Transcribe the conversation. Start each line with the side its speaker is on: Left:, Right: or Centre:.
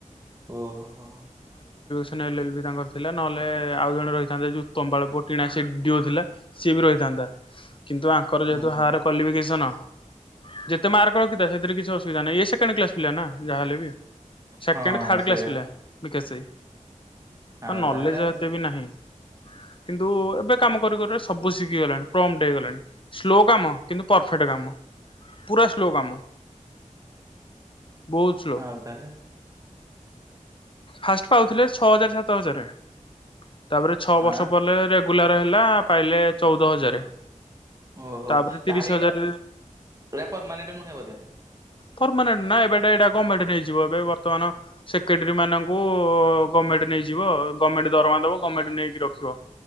Right: ଓହୋଃ।
Left: ନ ଏଲ୍ ଏଲ୍ ବି ତାଙ୍କର ଥିଲା ନହେଲେ ଆଉ ଜଣେ ରହିଥାନ୍ତେ ଯଉ ତମ୍ବାଳ ପୁଅ ଟିଣା। ସେ ଡିଓ ଥିଲା ସିଏ ବି ରହିଥାନ୍ତା। କିନ୍ତୁ ଆଙ୍କର ଯେହେତୁ
Right: ହୁଁ ହୁଁ
Left: ହାୟାର୍ କ୍ୱାଲିଫିକେସନ ଯେତେ ମାର୍କ ରଖିଥା ସେଥିରେ କିଛି ଅସୁବିଧା ନାହିଁ, ଇଏ ସେକେଣ୍ଡ୍ କ୍ଲାସ୍ ପିଲା ନା ଯାହାହଲେ ବି। ସେକେଣ୍ଡ୍
Right: ହଁ
Left: ଥାର୍ଡ୍
Right: ସେଇଆ
Left: କ୍ଲାସ୍ ପିଲା ବିକାଶ ଭାଇ। ତ
Right: ଆଉ
Left: ନଲେଜ
Right: ତାହେଲେ ଆଉ
Left: ଏତେ ବି ନାହିଁ। କିନ୍ତୁଉଉ ଏବେ କାମ କରୁ କରୁ <inaudible> ସବୁ ଶିଖିଗଲାଣି ପ୍ରମ୍ପଟ୍ ହେଇଗଲାଣି, ସ୍ଲୋ କାମ କିନ୍ତୁ ପରଫେକ୍ଟ୍ କାମ ପୁରା ସ୍ଲୋ କାମ। ବହୁତ ସ୍ଲୋ।
Right: ଆଉ ତାହଲେ।
Left: ଫାଷ୍ଟ୍ ପାଉଥିଲେ ଛଅ ହଜାର ସାତ ହଜାରେ। ତାପରେ ଛଅ
Right: ଆଉ
Left: ବର୍ଷ ପଲେ ରେଗ୍ ଗୁଲାର ହେଲା, ପାଇଲେ ଚଉଦ ହଜାର।
Right: ଓହୋଃ
Left: ତାପରେ ତିରିଶ
Right: ତାହେଲେ ଏଇଟା,
Left: ହଜାର
Right: ଏଇଟା ପରମାନେଣ୍ଟ୍ ନୁହେଁ ବୋଧେ?
Left: ପରମାନେଣ୍ଟ୍ ନା ଏବେଟା ଏଇଟା ଗମେଣ୍ଟ୍ ନେଇଯିବ ଏବେ ବର୍ତ୍ତମାନ ସେକ୍ରେଟାରୀ ମାନଙ୍କୁ ଗମେଣ୍ଟ୍ ନେଇଯିବ, ଗମେଣ୍ଟ ଦରମା ଦବ। ଗମେଣ୍ଟ୍ ନେଇକି ରଖିବ।